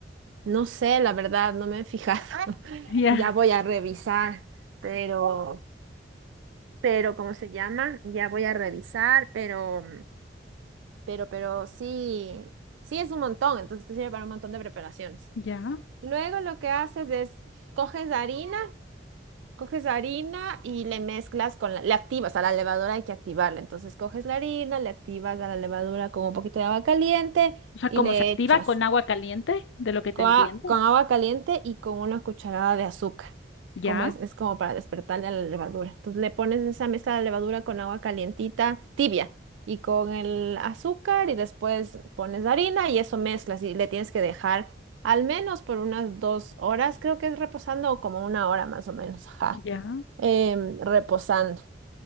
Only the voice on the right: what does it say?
No sé, la verdad, no me he fijado. <laughs>
Ya voy a revisar, pero pero ¿cómo se llama? Ya voy a revisar, pero, pero, pero sí, sí es un montón, entonces te sirve para un montón de preparaciones.
Luego lo que haces es, coges harina, coges harina y le mezclas con la, le activas a la levadura, hay que activarla, entonces coges la harina, le activas a la levadura con un poquito de agua caliente
y
le
echas.
con,
a- con agua caliente y con una cucharada de azúcar.
Como es, es como para despertarle a la levadura. Entonces le pones esa mezcla de levadura con agua calientita, tibia, y con el azúcar y después pones la harina y eso mezclas y le tienes que dejar al menos por unas dos horas, creo que es reposando o como una hora más o menos, ajá,
em, reposando,